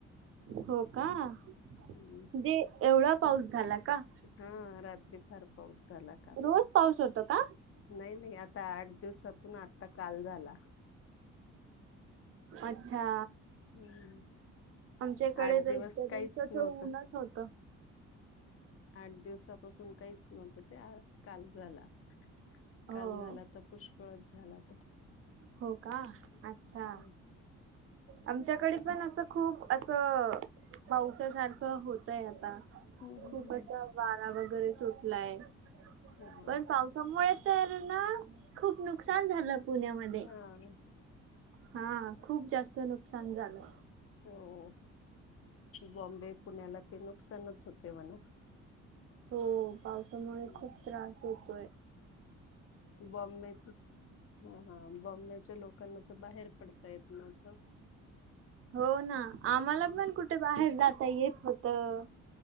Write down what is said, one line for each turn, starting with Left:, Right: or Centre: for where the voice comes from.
Right: हो का? म्हणजे,
Left: हम्म.
Right: एवढा पाऊस झाला का?
Left: हां... रात्री फार पाऊस झाला
Right: रोज पाऊस होतो का?
Left: नाई नाई... आता आठ दिवसातून, आता काल झाला
Right: अच्छा
Left: हम्म.
Right: आमच्याकडे
Left: आठ दिवस
Right: तर इतक्या दिवसाचं
Left: काहीच नव्हतं
Right: ऊनच होतं
Left: आठ दिवसापासून काहीच नव्हतं, ते काल झाला
Right: हो
Left: काल झाला तर पुष्कळच झाला तो
Right: हो का... अच्छा
Left: हम्म.
Right: आमच्याकडे पण, असं... खूप असं पाऊसासारखं होतय आता
Left: हम्म
Right: खूप असा वारा वगैरे सुटलाय...
Left: हम्म
Right: पण पावसामुळे तर ना खूप नुकसान झालं
Left: हा
Right: पुण्यामध्ये. हा... खूप जास्त नुकसान झालं
Left: हो... बॉम्बे, पुण्याला ते नुकसानच होते म्हणा
Right: हो... पावसामुळे
Left: हम्म.
Right: खूप त्रास होेतोय
Left: बॉम्बेची... हा... हा बॉम्बेच्या लोकांना तर बाहेर पडता येत न्हवतं
Right: हो ना... आम्हाला
Left: हम्म
Right: पण कुठे बाहेर जाता येत होतं